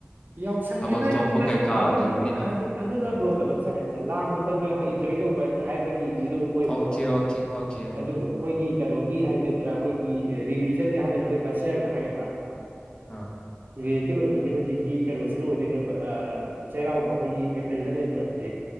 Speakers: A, on the right (about 50°); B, on the left (about 20°).
A: ꯌꯥꯎꯁꯪꯁꯤ
B: ꯊꯥꯕꯜ
A: ꯅ
B: ꯆꯣꯡꯕ
A: ꯃꯔꯨ
B: ꯀꯩꯀꯥ
A: ꯃꯔꯨꯗꯤ
B: ꯂꯩꯕꯅꯤꯅ
A: ꯑꯗꯨꯅ
B: ꯎꯝ
A: ꯕ꯭ꯔꯣ ꯀꯩꯅꯣ ꯆꯠꯈ꯭ꯔꯦ ꯂꯥꯡꯕ ꯈꯣꯠꯄ ꯑꯩꯈꯣꯏ ꯏꯟꯖꯣꯏ ꯇꯧꯕ ꯍꯥꯏꯕꯒꯤꯗꯤ ꯑꯗꯨꯝ ꯑꯣꯏꯕꯀꯣ
B: ꯑꯣꯀꯦ ꯑꯣꯀꯦ ꯑꯣꯀꯦ ꯎꯝ
A: ꯑꯗꯨꯒ
B: ꯎꯝ
A: ꯑꯩꯈꯣꯏꯒꯤ ꯀꯩꯅꯣꯒꯤ ꯍꯥꯏꯒꯗ꯭ꯔꯥ ꯑꯩꯈꯣꯏꯒꯤ ꯔꯤꯂꯤꯖꯟꯒꯤ ꯍꯥꯏꯒꯗ꯭ꯔꯥ ꯑꯩꯈꯣꯏ ꯀꯜꯆꯔꯒ ꯍꯥꯏꯒꯗ꯭ꯔꯥ
B: ꯑꯥ
A: <unintelligible> ꯇꯦꯠ ꯑꯣꯏꯕꯗꯤ ꯍꯧꯖꯤꯛꯀꯤ ꯀꯩꯅꯣꯁꯤꯗ ꯑꯣꯏꯗꯣꯏꯅꯦꯕ ꯆꯩꯔꯥꯎꯕ ꯑꯩꯈꯣꯏꯒꯤ ꯑꯦꯄ꯭ꯔꯤꯜꯗ ꯂꯩꯕꯖꯦ